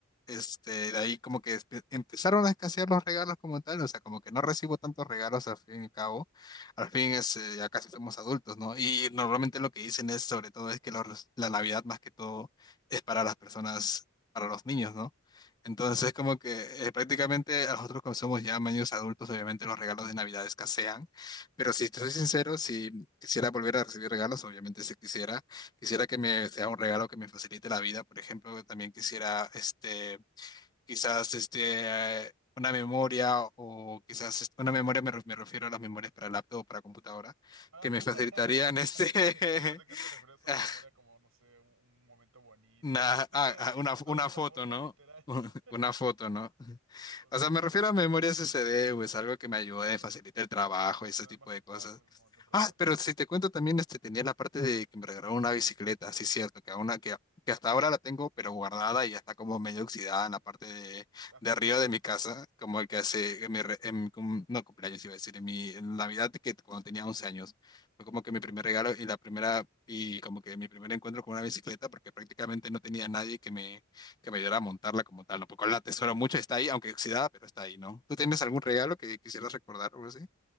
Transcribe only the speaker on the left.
este, de ahí como que espe- empezaron a escasear los regalos como tal, o sea, como que no recibo tantos regalos al fin y al cabo al fin es, eh, ya casi somos adultos, ¿no? Y normalmente lo que dicen es, sobre todo, es que los- la Navidad más que todo es para las personas, para los niños, ¿no? Entonces,
como que eh, prácticamente a nosotros como somos ya niños adultos, obviamente los regalos de Navidad escasean, pero si te soy sincero, si quisiera volver a recibir regalos, obviamente si quisiera, quisiera que me sea un regalo que me facilite la vida, por ejemplo, también quisiera, este quizás este, eh, una memoria o quizás est- una memoria, me, re- me refiero a las memorias para laptop o para computadora,
que me
facilitarían este,
<laughs> ah,
na-
ah, ah, una,
una
foto,
¿no?
<laughs>
Una foto, ¿no?
O sea, me refiero a memorias D güey, es algo que me ayude,
facilita el trabajo
y ese
tipo
de cosas.
Ah, pero
si te cuento también, este, tenía la parte de que me regalaron una bicicleta, sí, cierto, que una que, que hasta ahora la tengo, pero guardada y ya está como medio oxidada en la parte de,
de arriba
de mi casa,
como el que hace, en mi, re- en mi cum- no cumpleaños iba a decir, en mi en Navidad, que cuando tenía 11 años, fue como que
mi primer regalo y la primera, y como que mi primer encuentro con una bicicleta, porque prácticamente no tenía nadie que me que me ayudara a montarla como tal, ¿no? Porque la atesoro mucho, está ahí, aunque oxidada, pero está ahí, ¿no? ¿Tú tienes algún regalo que quisieras recordar o algo así?